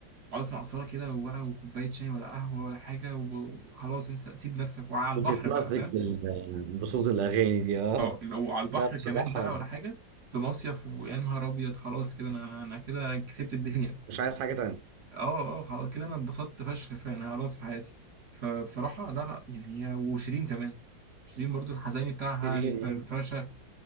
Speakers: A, on the right (about 50°); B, on the right (about 80°).
A: اقعد اسمع اثاره كده وبقى وكوبايه شاي ولا قهوه ولا حاجه وخلاص انسى سيب نفسك وعلى
B: بتتمزج
A: البحر بقى فاهم
B: بال- بصوت الأغاني دي اه
A: او وعلى البحر
B: لا بصراحة
A: كمان بقى ولا حاجه في مصيف ويا نهار ابيض خلاص كده انا انا كده كسبت الدنيا
B: مش عايز حاجة تانية
A: اه اه خلاص كده انا اتبسطت فشخ فعلا خلاص في حياتي فبصراحه لا لا يعني هي وشيرين كمان شيرين برضو الحزيني بتاعها
B: شيرين
A: الفرفشه
B: آه.